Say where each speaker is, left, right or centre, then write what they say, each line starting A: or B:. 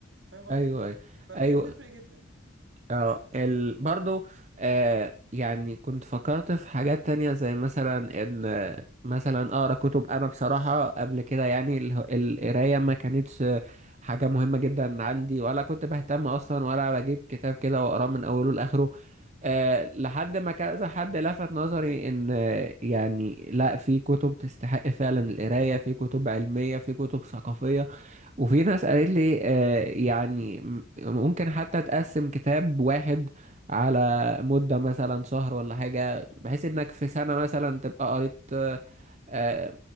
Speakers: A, on the right (about 60°); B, on the right (about 35°).
A: فاهم قصدي
B: ايوه ايوه
A: فهي
B: ايوه
A: بتفرق جدا
B: اه ال... برضو آه يعني كنت فكرت في حاجات تانية زي مثلا ان آه، مثلا اقرا كتب انا بصراحة قبل كده يعني اله- القراية ما كانتش حاجة مهمة جدا عندي ولا كنت بهتم اصلا ولا بجيب كتاب كده واقراه من اوله لاخره آه لحد ما كذا حد لفت نظري ان آه، يعني لا في كتب تستحق فعلا القراية في كتب علمية في كتب ثقافية وفي ناس قالت لي آه، يعني م- ممكن حتى تقسم كتاب واحد على مدة مثلا شهر ولا حاجة بحيث انك في سنة مثلا تبقى قريت آه،